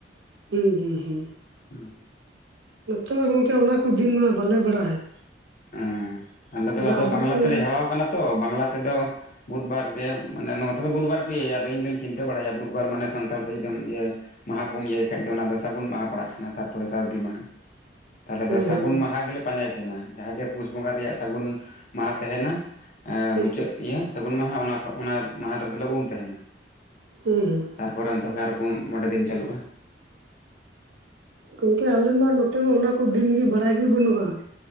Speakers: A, on the right; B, on the left.
A: ᱦᱩᱸ- ᱦᱩᱸ -ᱦᱩᱸ ᱾
B: ᱦᱩᱸ ᱾
A: ᱱᱚᱛᱮ ᱢᱟ ᱜᱚᱝᱠᱮ ᱚᱱᱟᱠᱚ ᱫᱤᱱ ᱢᱟ ᱵᱟᱞᱮ ᱵᱟᱲᱟᱭ ᱾
B: ᱮᱸ ᱟᱞᱮ ᱫᱚ ᱟᱫᱚ
A: ᱟᱵᱚᱛᱮ
B: ᱵᱟᱝᱞᱟ ᱛᱮᱞᱮ ᱦᱮᱣᱟᱣ ᱠᱟᱱᱟ ᱛᱚ ᱵᱟᱝᱞᱟ ᱛᱮᱫᱚ ᱵᱩᱫᱵᱟᱨ ᱜᱮ ᱢᱟᱱᱮ ᱱᱚᱣᱟ ᱛᱚ ᱵᱩᱫᱷᱵᱟᱨ ᱠᱚ ᱤᱭᱟᱹᱭᱟ ᱟᱫᱚ ᱤᱧᱫᱚᱧ ᱪᱤᱱᱛᱟᱹ ᱵᱟᱲᱟᱭᱟ ᱵᱩᱫᱷᱵᱟᱨ ᱢᱟᱱᱮ ᱥᱟᱱᱛᱟᱲ ᱛᱮ ᱡᱩᱫᱤᱢ ᱤᱭᱟᱹ ᱢᱟᱦᱟ ᱠᱚᱢ ᱤᱭᱟᱹᱭ ᱠᱷᱟᱡ ᱫᱚ ᱚᱱᱟ ᱫᱚ ᱥᱟᱹᱜᱩᱱ ᱢᱟᱦᱟ ᱯᱟᱲᱟᱜ ᱠᱟᱱᱟ ᱛᱟᱨᱯᱚᱨᱮ ᱥᱟᱨᱫᱤ ᱢᱟᱦᱟ ᱾ ᱛᱟᱞᱦᱮ
A: ᱦᱮᱸ
B: ᱫᱚ ᱥᱟᱹᱜᱩᱱ
A: ᱦᱮᱸ
B: ᱢᱟᱦᱟᱸ ᱜᱮᱞᱮ ᱯᱟᱸᱡᱟᱭ ᱛᱟᱸᱦᱮᱱᱟ ᱡᱟᱦᱟᱸ ᱜᱮ ᱯᱩᱥ ᱵᱚᱸᱜᱟ ᱨᱮᱭᱟᱜ ᱥᱟᱹᱜᱩᱱ ᱢᱟᱦᱟᱸ ᱛᱟᱦᱮᱸᱱᱟ ᱮᱸᱜ
A: ᱦᱮᱸ
B: ᱢᱩᱪᱟᱹᱫ ᱤᱭᱟᱹ ᱥᱟᱹᱜᱩᱱ ᱢᱟᱦᱟᱸ ᱚᱱᱟ ᱢᱟᱦᱟᱸ ᱨᱮᱫᱚᱞᱮ ᱩᱢ ᱛᱟᱸᱦᱮᱱᱟ ᱾
A: ᱦᱩᱸ- ᱦᱩᱸ ᱾
B: ᱛᱟᱨᱯᱚᱨᱮ ᱚᱱᱛᱮ ᱠᱷᱚᱱ ᱟᱨᱚ ᱯᱳᱱ-ᱢᱚᱬᱮ ᱫᱤᱱ ᱪᱟᱹᱞᱩᱜᱼᱟ ᱾
A: ᱜᱚᱝᱠᱮ ᱟᱞᱮ ᱢᱟ ᱱᱚᱛᱮ ᱢᱟ ᱚᱱᱟ ᱠᱚ ᱫᱤᱱ ᱜᱮ ᱵᱟᱲᱟᱭ ᱜᱮ ᱵᱟᱹᱱᱩᱜᱼᱟ ᱾